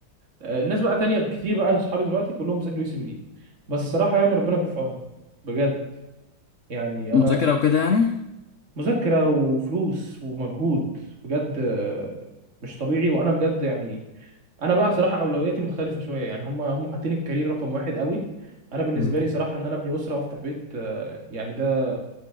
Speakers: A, on the right; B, on the left.
A: آه، الناس بقى تانية كتير بقى من صحابي دلوقتي كلهم بيذاكروا يو سي بي لي بس صراحة يعني ربنا يكون في عونهم بجد يعني
B: مذاكره
A: أنا
B: وكده يعني
A: مذاكرة وفلوس ومجهود بجد آه، مش طبيعي وأنا بجد يعني أنا بقى صراحة أولوياتي مختلفة شوية يعني هم هم حاطين الكارير رقم واحد قوي أنا بالنسبة
B: امم
A: لي صراحة إن أنا أبني أسرة وأفتح بيت آه، يعني ده